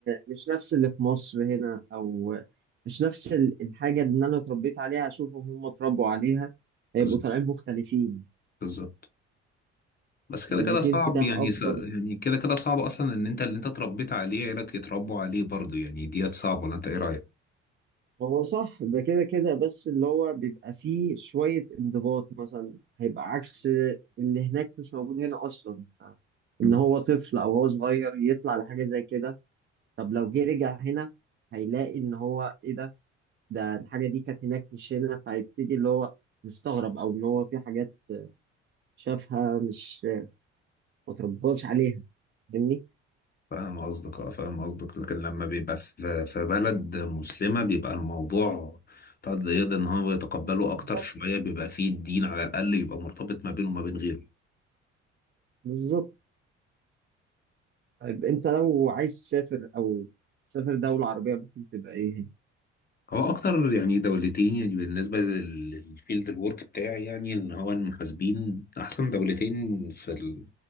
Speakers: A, on the right; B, on the left.
A: مش نفس اللي في مصر هنا او مش نفس ال- الحاجه اللي انا اتربيت عليها اشوفهم هم اتربوا عليها هيبقوا
B: بز-
A: طالعين مختلفين
B: بالظبط بس كده
A: لان
B: كده
A: في
B: صعب
A: انفتاح
B: يعني
A: اكتر
B: س- يعني كده كده صعب أصلا إن أنت اللي أنت اتربيت عليه عيالك يتربوا عليه برضه يعني ديت صعبة ولا أنت إيه رأيك؟
A: هو صح ده كده كده بس اللي هو بيبقى فيه شويه انضباط مثلا هيبقى عكس اللي هناك مش موجود هنا اصلا ف- ان
B: مم.
A: هو طفل او هو صغير يطلع لحاجه زي كده طب لو جه رجع هنا هيلاقي ان هو ايه ده ده الحاجة دي كانت هناك مش هنا فهيبتدي اللي هو مستغرب أو إن هو في حاجات شافها مش ما ترباش عليها فاهمني؟
B: فاهم قصدك اه فاهم قصدك لكن لما بيبقى في في بلد مسلمة بيبقى الموضوع طب يقدر ان هو يتقبله
A: بالظبط
B: اكتر شوية بيبقى فيه الدين على الاقل يبقى مرتبط ما بينه وما بين غيره
A: بالظبط طيب أنت لو عايز تسافر أو تسافر دولة عربية ممكن تبقى إيه هي؟
B: هو اكتر يعني دولتين يعني بالنسبة لل- للفيلد الورك بتاعي يعني ان هو المحاسبين احسن دولتين في ال...